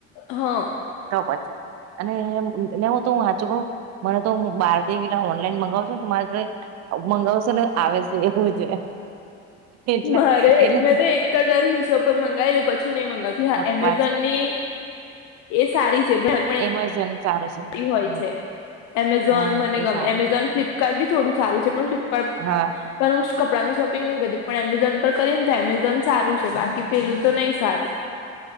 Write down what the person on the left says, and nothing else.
હા
મારે
મેં તો એક હજાર મીશો પર મંગાવેલું પછી નહી મંગાવતી હા
એમેઝોન ની એ સારી છે ભ
હોય
છે એમેઝોન
મને
ગમે
એમેઝોન
ફ્લિપકાર્ટ બી થોડું સારું છે પણ ફ્લપ
પણષ કપડાંની શોપિંગ નહીં કરી પણ એમેઝોન પર કરીએ ને તો એમેઝોન સારું છે બાકી પેલું તો નહી સારું